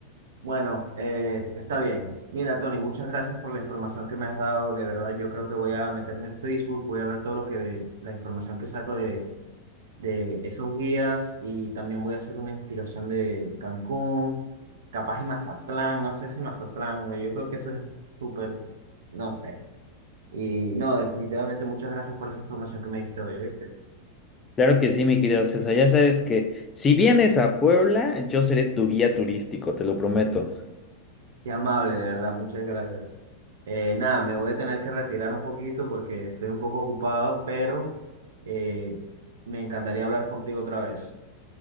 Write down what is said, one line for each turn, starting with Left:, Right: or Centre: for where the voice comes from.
Right: Bueno, eh, está bien. Mira, Tony, muchas gracias por la información que me has dado. De verdad, yo creo que voy a meterme en Facebook, voy a ver todo lo que, la información que saco de, de esos guías y también voy a hacer una investigación de Cancún, capaz y Mazatlán, no sé si Mazatlán, güey, yo creo que eso es súper, no sé. Y no, definitivamente muchas gracias por esa información que me diste hoy, ¿viste?
Left: Claro que sí, mi querido César. Ya sabes que si vienes a Puebla, yo seré tu guía turístico, te lo prometo.
Right: Qué amable, de verdad, muchas gracias. Eh, nada, me voy a tener que retirar un poquito porque estoy un poco ocupado, pero eh, me encantaría hablar contigo otra vez.